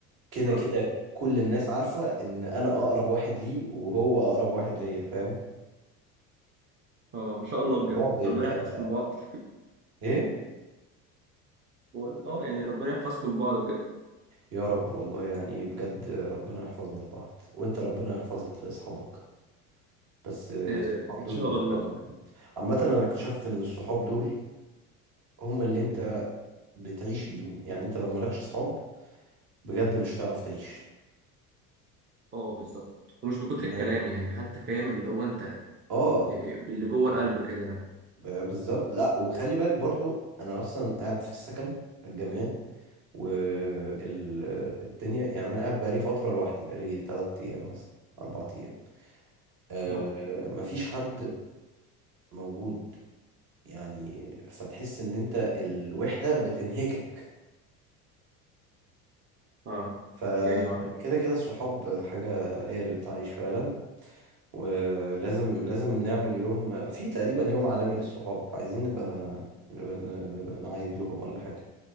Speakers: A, on the right; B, on the right.
A: كده
B: اه
A: كده كل الناس عارفة ان انا اقرب واحد ليه وهو اقرب واحد ليا فاهم
B: اه ما شاء
A: الموضوع
B: الله بجد
A: بيبقى
B: ربنا يحفظكم لبعض
A: ايه
B: بقول اه يعني ربنا يحفظكم لبعض بجد
A: يا رب والله يعني بجد ربنا يحفظنا لبعض وانت ربنا يحفظك لاصحابك بس الصحاب
B: آه ان
A: دول
B: شاء الله
A: فعلا عامة انا اكتشفت ان الصحاب دول هم اللي انت
B: مم.
A: بتعيش بيهم يعني انت لو مالكش صحاب بجد مش هتعرف تعيش
B: اه بالظبط ومش بكتر
A: ان
B: الكلام يعني حتى فاهم اللي هو انت
A: اه
B: آه، باللي جوه القلب كده
A: ب- بالظبط لا وخلي بالك برضو انا اصلا قاعد في السكن الجامعي والدنيا
B: مم.
A: يعني انا قاعد بقالي فترة لوحدي بقالي تلات ايام مثلا اربع ايام آه
B: اه
A: مفيش حد موجود يعني فتحس ان انت الوحدة بتنهكك
B: اه
A: فكده
B: يعني واحد
A: كده الصحاب حاجة هي اللي بتعيش فعلا ولازم لازم نعمل يوم في تقريبا يوم عالمي للصحاب عايزين نبقى نبقى, نبقى نعيد لكم ولا حاجة